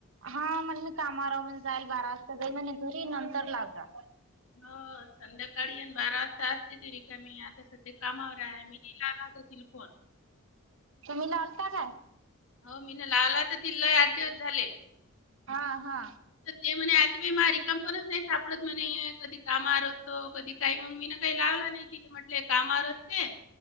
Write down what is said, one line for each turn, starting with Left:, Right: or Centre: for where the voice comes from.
Right: हा म्हण मी कामा <unintelligible> जाईल बारा वाजता जाईल म्हणे घरी नंतर लाव जा.
Left: हो संध्याकाळीन बारा वाजता असते ती रिकामी. आता सध्या कामावर आहे. मी तिलाल तिला फोन.
Right: तुम्ही लालता काय?
Left: हो मी न लावला होता तिला. आठ दिवस झाले.
Right: हा हा.
Left: ते म्हणे आती बाई माह रिकाम पणच नाही सापडत म्हणे. कधी कामावर असतो. कधी काही. मग मीन काही लावला नाही तिले. म्हटले हे कामावर असते.